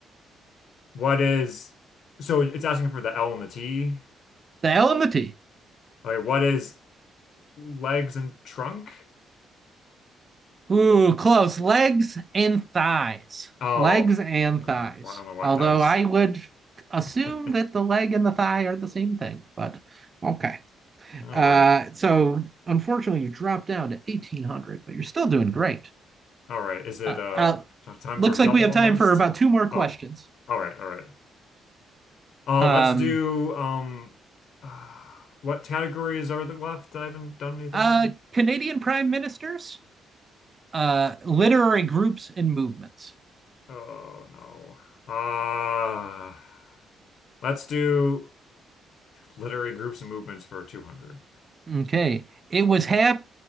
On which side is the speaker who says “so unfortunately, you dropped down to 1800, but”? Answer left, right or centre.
Right